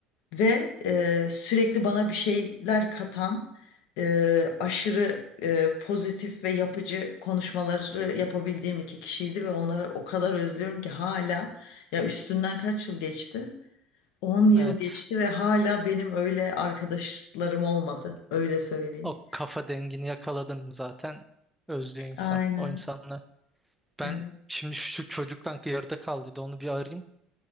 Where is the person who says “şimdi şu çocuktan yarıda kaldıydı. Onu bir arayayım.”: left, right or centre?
Centre